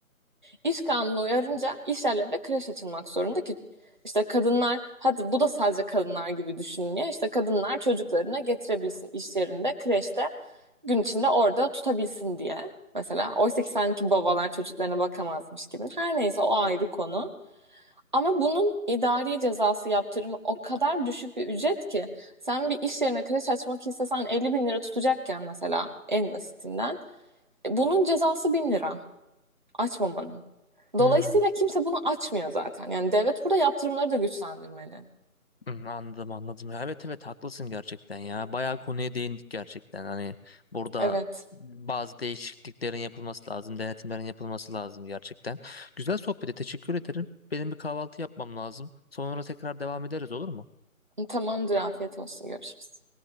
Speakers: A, on the right; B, on the left.
A: İş kanunu uyarınca iş yerlerinde kreş açılmak zorunda ki işte kadınlar hadi bu da sadece kadınlar gibi düşünülüyor. İşte kadınlar çocuklarını getirebilsin iş yerinde kreşte gün içinde orada tutabilsin diye. Mesela oysa ki sanki babalar çocuklarına bakamazmış gibi. Her neyse o ayrı konu. Ama bunun idari cezası yaptırımı o kadar düşük bir ücret ki sen bir iş yerine kreş açmak istesen 50 bin lira tutacakken mesela en basitinden e, bunun cezası 1000 lira. Açmamanın.
B: Hmm.
A: Dolayısıyla kimse bunu açmıyor zaten. Yani devlet burada yaptırımları da güçlendirmeli.
B: Hmm, Anladım anladım. Ya Evet evet haklısın gerçekten ya. Bayağı konuya değindik gerçekten. Hani burada
A: Evet.
B: bazı değişikliklerin yapılması lazım, denetimlerin yapılması lazım gerçekten. Güzel sohbete teşekkür ederim. Benim bir kahvaltı yapmam lazım. Sonra tekrar devam ederiz olur mu?
A: Tamamdır. Afiyet olsun. Görüşürüz.